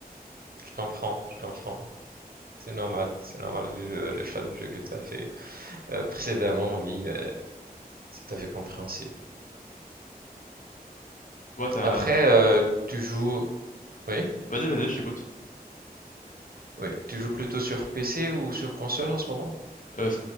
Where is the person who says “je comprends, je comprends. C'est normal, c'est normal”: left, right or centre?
Right